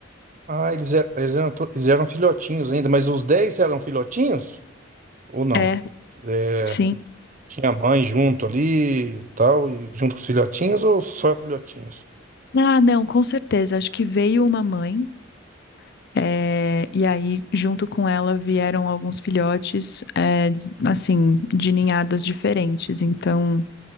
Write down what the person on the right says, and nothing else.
Ah, eles eram, eles eram, to- eles eram filhotinhos ainda, mas os dez eram filhotinhos ou não?
É,
tinha a mãe junto ali e tal, e junto com os filhotinhos ou só filhotinhos?